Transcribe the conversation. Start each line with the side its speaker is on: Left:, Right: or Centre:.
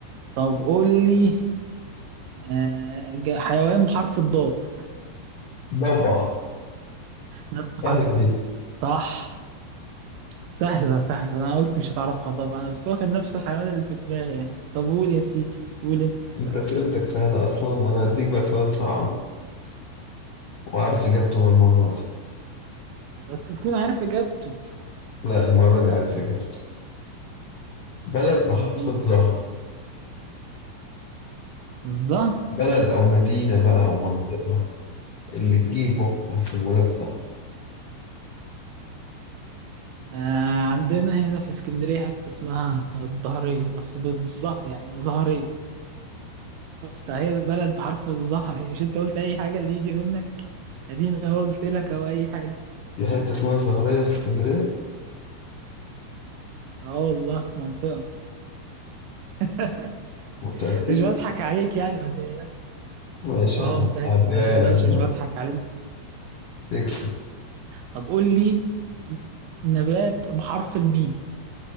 Right: طب قول لي آه، ج- حيوان بحرف الضاد
Left: ضبع
Right: نفس
Left: سهلة
Right: حرف
Left: دي
Right: صح سهلة سهلة انا قلت مش هتعرفها طبعا بس هو كان نفس الحيوان اللي في دماغي يعني طب قول يا سيدي قول انت سهل
Left: انت أسئلتك سهلة أصلا أنا هديك بقى سؤال صعب وعارف إجابته المرة دي
Right: بس تكون عارف اجابته
Left: لا المرة دي عارف إجابته بلد بحرف
Right: طب قول
Left: الظهر
Right: الظهر
Left: بلد أو مدينة بقى أو منطقة اللي تجيبه هحسبه لك صح
Right: آه عندنا هنا في اسكندرية حتة اسمها الظهرية بس بالظه يعني ظهرية شفت اهي بلد بحرف الظه اهي مش انت قلت اي حاجة اللي يجي منك ادينا قلت لك او اي حاجة
Left: في حتة اسمها الزهرية في اسكندرية
Right: اه والله منطقة <laughs>
Left: متأكد؟
Right: مش بضحك عليك يعني ما تقلقش
Left: ماشي
Right: اه
Left: يا عم
Right: متأكد
Left: هعديها
Right: ما تقلقش
Left: لك بقى.
Right: مش بضحك عليك
Left: تكسب
Right: طب قول لي نبات بحرف الميم